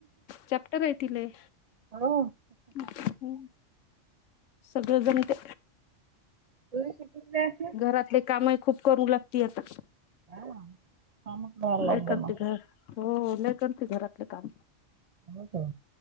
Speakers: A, on the left (about 80°); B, on the right (about 80°).
A: चॅप्टर हाय ती लय.
B: हो
A: अ सगळं ज. म ते
B: तुम्ही शिकलेले असणार?
A: घरातले कामही खूप करू लागती आता.
B: हा. कामच करायला
A: लय
B: लागतं
A: करते
B: ना.
A: का. हो लय करते घरातले काम.
B: हो का.